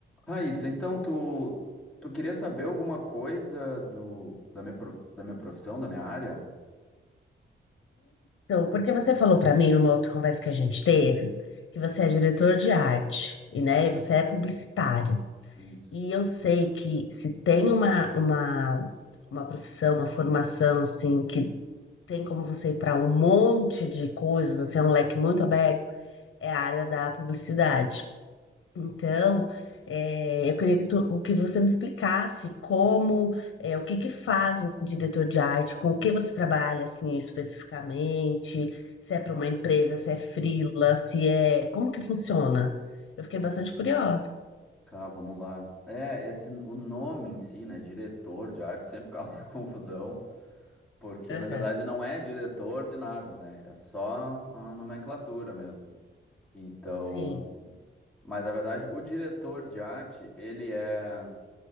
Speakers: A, in the centre; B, on the left.
A: Raíssa, então tu, tu queria saber alguma coisa do, da minha, pro- da minha profissão, da minha área?
B: Então, porque você falou para mim numa outra conversa que a gente teve, que você é diretor de arte e, né, e você é publicitário.
A: Isso.
B: E eu sei que se tem uma, uma, uma profissão, uma formação assim que tem como você ir para um monte de coisas, assim, é um leque muito aberto, é a área da publicidade. Então, eh, eu queria que, tu- que você me explicasse como, eh, o que que faz um diretor de arte, com o que você trabalha, assim, especificamente, se é para uma empresa, se é freela, se é... Como que funciona? Eu fiquei bastante curiosa.
A: Tá, vamos lá. É, esse, o nome em si, né, diretor de arte, sempre causa <laughs> confusão, porque
B: Aham.
A: na verdade não é diretor de nada, né? É só a nomenclatura mesmo. Então,
B: Sim,
A: mas na verdade, o diretor de arte, ele é